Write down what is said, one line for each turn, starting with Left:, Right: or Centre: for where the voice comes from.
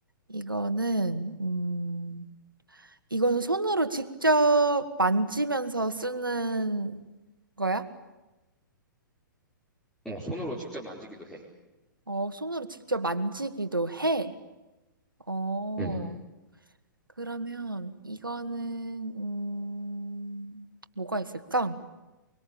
Right: 이거는 음, 이거는 손으로 직접 만지면서 쓰는 거야?
Centre: 어, 손으로 직접 만지기도 해.
Right: 어, 손으로 직접 만지기도 해. 어,
Centre: 음,
Right: 그러면 이거는 음, 뭐가 있을까?